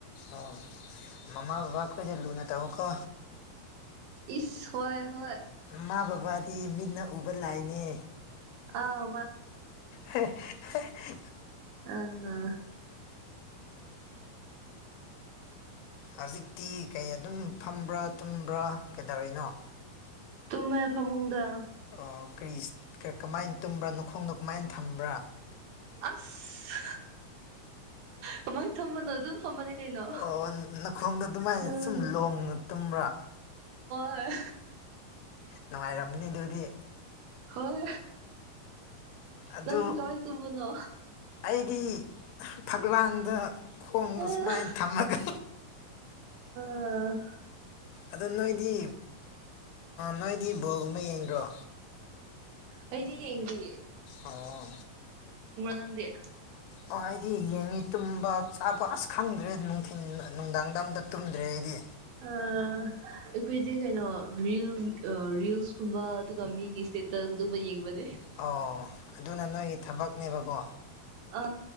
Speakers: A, on the left; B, on the right.
A: ꯑꯣ ꯃꯃꯥ ꯕꯕꯥ ꯑꯩꯈꯣꯏꯗ ꯂꯨꯅ ꯇꯧꯉꯨꯀꯣ
B: ꯏꯁ ꯍꯣꯏ ꯍꯣꯏ
A: ꯃꯥ ꯕꯕꯥꯗꯤ ꯃꯤꯠꯅ ꯎꯕ ꯂꯥꯏꯅꯦ
B: ꯑꯥ
A: ꯍ ꯍ
B: ꯑ
A: ꯍꯧꯖꯤꯛꯇꯤ ꯀꯩ ꯑꯗꯨꯝ ꯐꯝꯕ꯭ꯔꯥ ꯇꯨꯝꯕ꯭ꯔꯥ ꯀꯩꯗꯧꯔꯤꯅꯣ
B: ꯇꯨꯃꯦ ꯐꯃꯨꯡꯗ
A: ꯑꯣ ꯀꯔꯤ ꯀꯃꯥꯏꯅ ꯇꯨꯝꯕ꯭ꯔꯥ ꯈꯣꯡꯗꯣ ꯀꯃꯥꯏꯅ ꯊꯝꯕ꯭ꯔꯥ
B: ꯑꯁ ꯀꯃꯥꯏꯅ ꯊꯝꯕꯅꯣ ꯑꯗꯨꯝ ꯊꯝꯕꯅꯦ ꯀꯩꯅꯣ
A: ꯑꯣ ꯈꯣꯡꯗ ꯑꯗꯨꯃꯥꯏꯅ
B: ꯑꯥ
A: ꯁꯨꯝ ꯂꯣꯡꯅ ꯇꯨꯝ꯭ꯔꯥ
B: ꯑ
A: ꯅꯨꯡꯉꯥꯏꯔꯝꯅꯤ ꯑꯗꯨꯗꯤ
B: ꯍꯣꯏ
A: ꯑꯗꯨ
B: ꯅꯪꯗꯤ ꯀꯃꯥꯏꯟ ꯇꯨꯝꯕ ꯅ
A: ꯑꯩꯗꯤ ꯐꯛꯂꯥꯡꯗ ꯈꯣꯡꯗ
B: ꯑꯥ
A: ꯁꯨꯃꯥꯏꯅ ꯊꯝꯃꯒ
B: ꯎꯝ
A: ꯑꯗꯣ ꯅꯣꯏꯗꯤ ꯅꯣꯏꯗꯤ ꯕꯣꯜꯒꯨꯝꯕ ꯌꯦꯡꯗ꯭ꯔꯣ
B: ꯑꯩꯗꯤ ꯌꯦꯡꯒ
A: ꯑꯣ
B: ꯅꯪꯗꯤ
A: ꯑꯣ ꯑꯩꯗꯤ ꯌꯦꯡꯉꯤ ꯇꯨꯝꯕ ꯆꯥꯕ ꯑꯁ ꯈꯪꯗ꯭ꯔꯦ ꯅꯨꯡꯊꯤꯤꯟ ꯅꯨꯡꯗꯥꯡꯗ ꯑꯝꯇ ꯇꯨꯝꯗ꯭ꯔꯦ ꯑꯩꯗꯤ
B: ꯑꯥ ꯑꯩꯈꯣꯏꯗꯤ ꯀꯩꯅꯣ ꯔꯤꯜ ꯔꯤꯜꯁ ꯀꯨꯝꯕ ꯑꯗꯨꯒ ꯃꯤꯒꯤ ꯏꯁꯇꯦꯇꯁ ꯑꯗꯨꯒꯨꯝꯕ ꯌꯦꯡꯕꯅꯦ
A: ꯑꯣ ꯑꯗꯨꯅ ꯅꯣꯏꯒꯤ ꯊꯕꯛꯅꯦꯕꯀꯣ
B: ꯑ